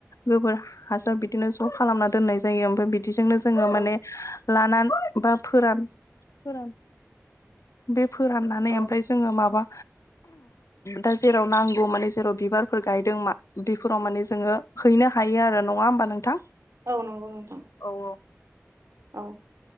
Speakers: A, on the left; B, on the right.
A: गोबोर हासार बिदिनो ज' खालामना दोननाय जायो ओमफ्राय बिदि बिदिजोंनो जोङो माने
B: औ
A: लानानै बा फोरान फोरान बे फोराननानै
B: औ
A: ओमफ्राय जोङो माबा दा जेराव नांगौ माने जेराव बिबारफोर गायदों मा बेफोराव माने जोङो हैनो हायो आरो नङा होमबा नोंथां?
B: औ नंगौ नोंथां।
A: औ।
B: औ